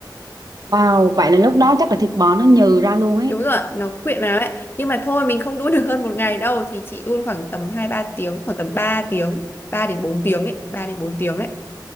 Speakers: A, on the right (about 60°); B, on the left (about 30°).
A: wow vậy là lúc đó chắc là thịt bò nó nhừ ra luôn ấy
B: đúng rồi ạ, nó quyện vào ấy nhưng mà thôi mình không đun được hơn một ngày đâu thì chị đun khoảng tầm hai ba tiếng khoảng tầm ba tiếng 3 đến bốn tiếng đấy ba đến bốn tiếng đấy